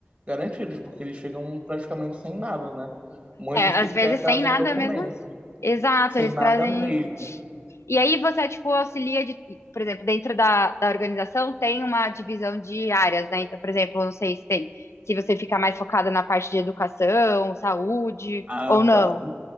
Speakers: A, on the right (about 35°); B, on the left (about 80°).
A: garantidos, porque eles chegam praticamente sem nada, né? Muitos
B: É,
A: sequer
B: às vezes
A: trazem
B: sem nada
A: documento,
B: mesmo. Exato,
A: sem
B: eles
A: nada
B: trazem
A: mesmo.
B: E aí você, tipo, auxilia de, por exemplo, dentro da, da organização tem uma divisão de áreas, né? Então, por exemplo, eu não sei se tem, se você fica mais focada na parte de educação, saúde
A: Ah,
B: ou
A: tá.
B: não.